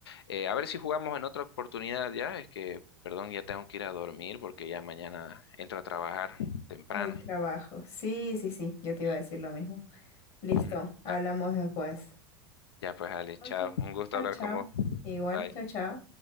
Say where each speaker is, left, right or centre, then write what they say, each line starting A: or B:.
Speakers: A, on the left; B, on the left.
A: Eh, a ver si jugamos en otra oportunidad ya. Es que, perdón, ya tengo que ir a dormir porque ya mañana entro a trabajar temprano.
B: Hay trabajo. Sí, sí, sí, yo te iba
A: Eh,
B: a decir lo mismo. Listo,
A: <laughs>
B: hablamos
A: Ya.
B: después.
A: Ya pues, Ale,
B: Ok,
A: chao. Un gusto
B: chao,
A: hablar
B: chao.
A: con vos.
B: Igual,
A: Bye.
B: chao, chao.